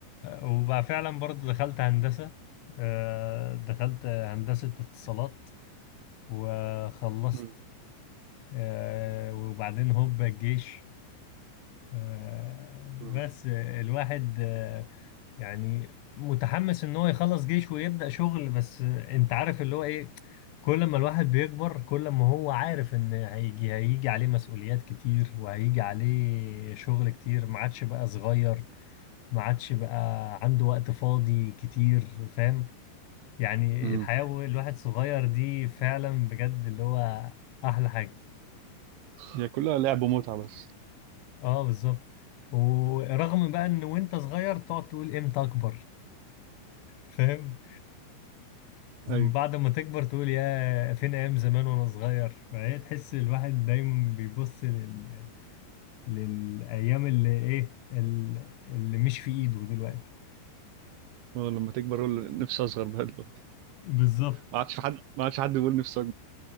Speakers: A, on the left (about 80°); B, on the right (about 75°).
A: وبقى فعلا برضو دخلت هندسة آه، دخلت هندسة اتصالات وخلصت
B: مم.
A: آه، وبعدين هوب الجيش آه،
B: مم.
A: بس آه، الواحد آه، يعني متحمس ان هو يخلص جيش ويبدأ شغل بس آه، انت عارف اللي هو ايه كل ما الواحد بيكبر كل ما هو عارف ان هيجي هيجي عليه مسؤوليات كتير وهيجي عليه شغل كتير ما عادش بقى صغير ما عادش بقى عنده وقت فاضي كتير فاهم يعني
B: مم.
A: الحياة الواحد صغير دي فعلا بجد اللي هو احلى حاجة
B: هي كلها لعب ومتعة بس
A: اه بالظبط ورغم بقى ان وانت صغير تقعد تقول امتى اكبر فاهم
B: أيوة
A: وبعد ما تكبر تقول يا فين ايام زمان وانا صغير فهي تحس الواحد دايما بيبص لل... للايام اللي ايه ال- اللي مش في ايده دلوقتي
B: هو لما تكبر أقول نفسي أصغر بقى دلوقتي
A: بالظبط
B: ما عادش في حد ما عادش حد بيقول نفسي